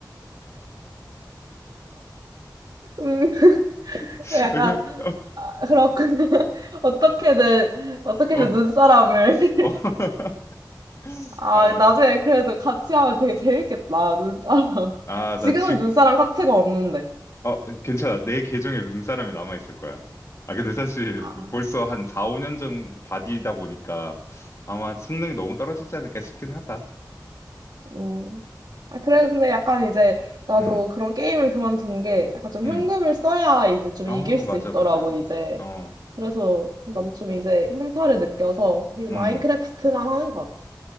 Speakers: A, on the right (about 65°); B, on the left (about 40°).
A: 음, <laughs>
B: <laughs>
A: 약간, 아, 그렇군요. <laughs> 어떻게든, 어떻게든
B: 어, 어.
A: 눈사람을. <laughs>
B: <laughs>
A: 아,
B: 아,
A: 나중에 그래도 같이 하면 되게 재밌겠다, 눈사람. <laughs>
B: 아,
A: 지금은
B: 나 지금
A: 눈사람 카트가 없는데.
B: 어, 괜찮아. 내 계정에 눈사람이 남아있을 거야. 아, 근데 사실
A: 아,
B: 뭐 벌써 한 4, 5년 전 바디다 보니까 아마 성능이 너무 떨어지지 않을까 싶긴 하다.
A: 음. 아, 그랬는데 약간 이제 나도
B: 음,
A: 그런 게임을 그만둔 게 약간 좀
B: 음.
A: 현금을 써야 이제 좀
B: 아,
A: 이길 수
B: 맞아,
A: 있더라고,
B: 맞아.
A: 이제.
B: 어,
A: 그래서 나도 좀 이제 현타를 느껴서 이 마인크래프트만
B: 음.
A: 하는 것 같아.